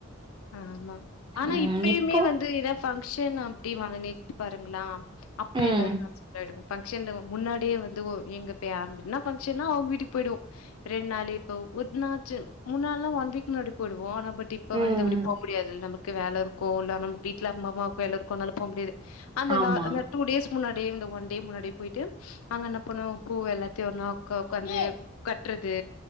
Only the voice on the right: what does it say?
ம்
இப்போ
ம்
ம்
ஆமா